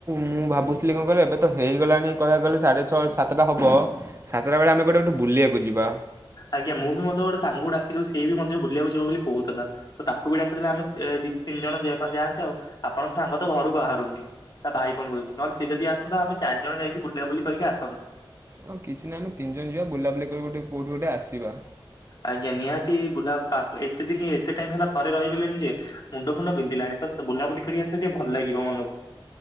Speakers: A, on the right; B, on the left.
A: ମୁଁ ଭାବୁଥିଲି କଣ କହିଲ ଏବେ ତ ହେଇଗଲାଣି କହିବାକୁ ଗଲେ ସାଢ଼େ ଛଅ ସାତଟା ହବ। ସାତଟା ବେଳେ ଆମେ କୁଆଡେ ଗୋଟେ ବୁଲିବାକୁ ଯିବା?
B: ଆଜ୍ଞା ମୁଁ ବି ମଧ୍ୟ ଗୋଟେ ସାଙ୍ଗକୁ ଡାକିଦଉଚି ସେ ବି ମଧ୍ୟ ବୁଲିବାକୁ ଯିବ ବୋଲି କହୁଥିଲା। ତ ତାକୁ ବି ଡାକିଦେଲେ ଆମେ ଦି ତିନି ଜଣ ଯିବାପାଇଁ ଯାଆନ୍ତେ ଆପଣଙ୍କ ସାଙ୍ଗ ତ ଘରୁ ବାହାରୁନି। ତା ଭାଇ ଫୋନ କରୁଛି ନହେଲେ ସେ ଯଦି ଆସନ୍ତା ଆମେ ଚାରିଜଣ ଯାଇକି ବୁଲା ବୁଲି କରିକି ଆସନ୍ତେ।
A: ହଁ କିଛି ନାହିଁ ଆମେ ତିନିଜଣ ଯିବା ବୁଲାବୁଲି କରିକି ଗୋଟ କୋଉଠୁ ଗୋଟେ ଆସିବା।
B: ଆଜ୍ଞା ନିହାତି ବୁଲା ଏତେ ଦିନ ଏତେ ଟାଇମ ହେଲା ଘରେ ରହିଗଲେଣି ଯେ ମୁଣ୍ଡ ଫୁଣ୍ଡ ବିନ୍ଧିଲାଣି ତ ବୁଲାବୁଲି କରି ଆସିଲେ ଟିକେ ଭଲ ଲାଗିବ ମନକୁ।